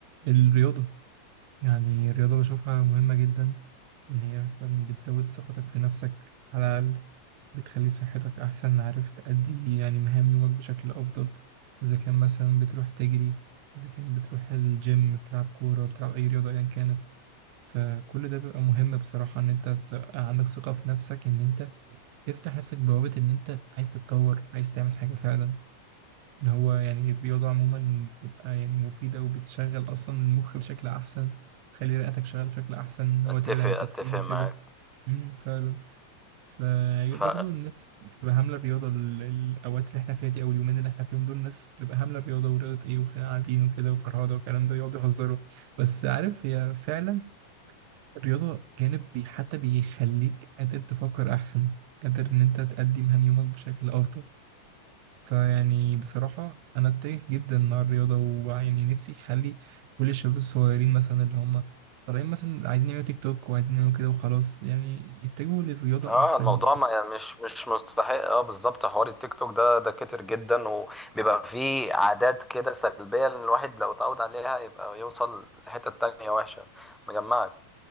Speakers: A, on the right (about 45°); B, in the centre.
A: الرياضة يعني الرياضة بشوفها مهمة جدا وإن هي مثلا بتزود ثقتك في نفسك على الأقل بتخلي صحتك أحسن عارف تأدي يعني مهام يومك بشكل أفضل إذا كان مثلا بتروح تجري إذا كان بتروح الجيم بتلعب كورة بتلعب أي رياضة أيا كانت فكل ده بيبقى مهم بصراحة إن أنت تبقى عندك ثقة في نفسك إن أنت تفتح نفسك بوابة إن أنت عايز تتطور عايز تعمل حاجة فعلا إن هو يعني الرياضة عموما بتبقى يعني مفيدة وبتشغل أصلا المخ بشكل أحسن تخلي رئتك شغالة بشكل أحسن إن هو
B: اتفق
A: تبعد عن التدخين
B: اتفق
A: وكده
B: معاك
A: امم فعلا فهي
B: ف
A: برضه الناس بتبقى هاملة الرياضة ال- الأوقات اللي إحنا فيها دي أو اليومين اللي إحنا فيهم دول الناس بتبقى هاملة الرياضة ورياضة إيه وقاعدين وكده وفرهدة والكلام ده يقعدوا يهزروا بس عارف هي فعلا الرياضة جانب بي حتى بيخليك قادر تفكر أحسن قادر إن أنت تقدم هم يومك بشكل أفضل فيعني بصراحة أنا أتجه جدا مع الرياضة ويعني نفسي أخلي كل الشباب الصغيرين مثلا اللي هم طالعين مثلا عايزين يعملوا تيك توك وعايزين يعملوا كده وخلاص يعني يتجهوا للرياضة
B: اه
A: أحسن
B: الموضوع ما يعني مش مش مستحق اه بالظبط حوار التيك توك ده ده كتر جدا وبيبقى فيه عادات كده سلبية لان الواحد لو اتعود عليها يبقى يوصل لحتة تانية وحشة مجمعك